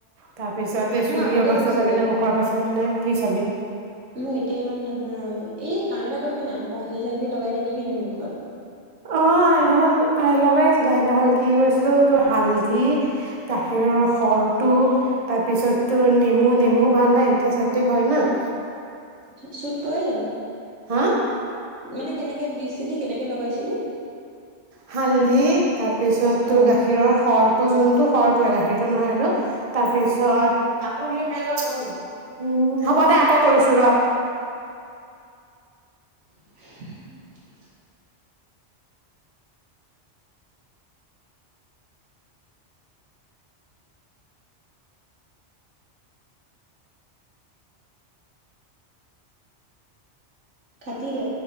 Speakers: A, on the right; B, on the right.
A: তাৰপিছতে চুলিৰ
B: মোৰ আগতে
A: অৱস্থা
B: হৈছিলে,
A: চাবিনে মুখৰ অৱস্থা চাবিনে
B: মোৰ
A: কি চাবি
B: এতিয়া ইমান নহয় এই কাম এটা, কৰিবি না গাখীৰ- চাখীৰ লগাই থাকিবি না মুখত।
A: অ', সেইদিনাখন লগাইছিলে, সেইদিনাখন কি কৰিছিলো তোৰ হালধি- গাখীৰৰ খৰটো তাৰপিছত তোৰ নেমু -নেমুও ভাল নাই এন্টিচেপটিক হয় না ',।
B: শ্বুট কৰে জানো
A: হা
B: মানে কেনেকে দিছিলি, কেনেকে লগাইছিল?
A: হালধি, তাৰপিছত
B: অ',
A: গাখীৰৰ সৰটো, যোনটো সৰ টো এৰা সেইটো নহয় আৰু তাৰপিছত উম ', হ'ব দে আকৌ কৰিছো ৰ
B: <unintelligible> খাতিৰে।